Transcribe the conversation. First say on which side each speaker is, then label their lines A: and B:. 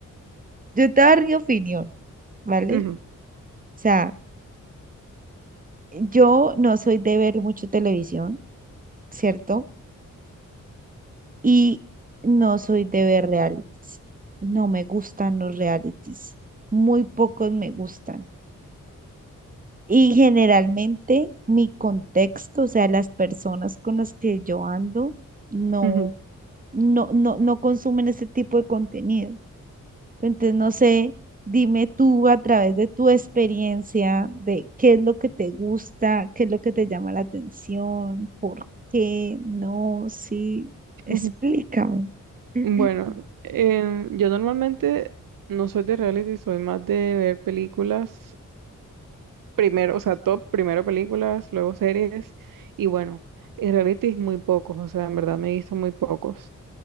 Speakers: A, on the right; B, on the right.
A: yo te daré mi opinión, ¿vale?
B: Ujú,
A: O sea, yo no soy de ver mucho televisión, ¿cierto? Y no soy de ver realities. No me gustan los realities. Muy pocos me gustan. Y generalmente mi contexto, o sea, las personas con las que yo ando, no,
B: ujú, ujú.
A: no, no, no consumen ese tipo de contenido. Entonces, no sé, dime tú a través de tu experiencia de qué es lo que te gusta, qué es lo que te llama la atención, por qué, no, sí, explícame.
B: <laughs>
A: <clears throat>
B: Bueno, em, yo normalmente no soy de reality, soy más de ver películas primero, o sea, top, primero películas, luego series, y bueno, en reality muy pocos, o sea, en verdad me he visto muy pocos.